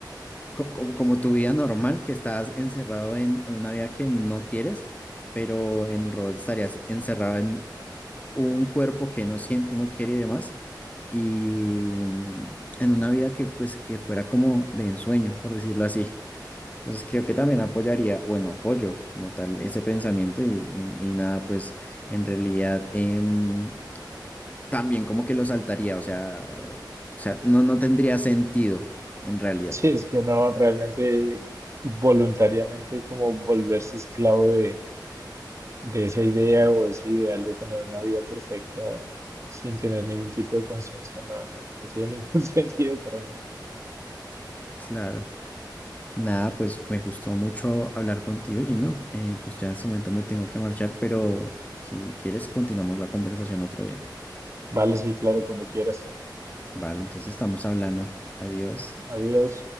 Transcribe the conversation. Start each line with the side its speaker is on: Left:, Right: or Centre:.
Left: co- como, como tu vida normal, que estás encerrado en una vida que no quieres, pero en el robot estarías encerrado en un cuerpo que no siente, no quiere y demás, y mm, en una vida que pues que fuera como de ensueño, por decirlo así. Entonces creo que también apoyaría, bueno, apoyo como tal ese pensamiento y, y- y nada, pues en realidad em, también como que lo saltaría, o sea, o sea, no, no tendría sentido en realidad.
Right: Sí, es que no, realmente voluntariamente como volverse esclavo de, de esa idea o ese ideal de tener una vida perfecta sin tener ningún tipo de conciencia, no, no no tiene ningún <laughs> sentido para mí.
Left: Claro. Nada, pues me gustó mucho hablar contigo, Gino. Eh, pues ya en este momento me tengo que marchar, pero si quieres continuamos la conversación otro día.
Right: Vale, sí, claro, cuando quieras.
Left: Vale, entonces estamos hablando. Adiós.
Right: Adiós.